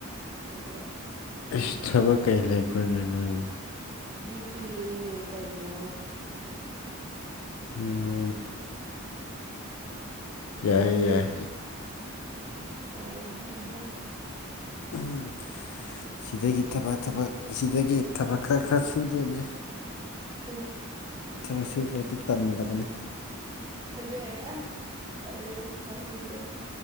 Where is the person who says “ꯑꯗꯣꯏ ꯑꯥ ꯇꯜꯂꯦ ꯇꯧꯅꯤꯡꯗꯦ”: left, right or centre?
Right